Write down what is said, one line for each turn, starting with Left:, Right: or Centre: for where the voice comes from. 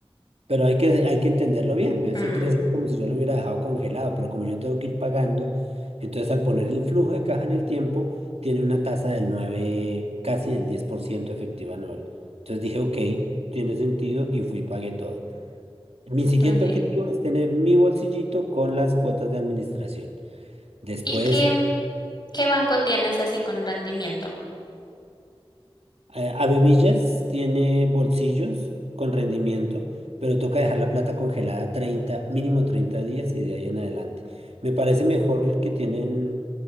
Right: pero hay que, hay que entenderlo bien. Ese
Left: Mm.
Right: 3 es como si yo lo hubiera dejado congelado, pero como yo tengo que ir pagando, entonces al poner el flujo de caja en el tiempo, tiene una tasa del 9 casi del 10% efectiva anual. Entonces dije, ok, tiene sentido y fui y pagué todo. Mi siguiente
Left: Ok.
Right: objetivo es tener mi bolsillito con las cuotas de administración. Después
Left: ¿Y qué, qué banco tienes así con rendimiento?
Right: Eh, Abebillas tiene bolsillos con rendimiento, pero toca dejar la plata congelada 30 mínimo 30 días y de ahí en adelante. Me parece mejor el que tienen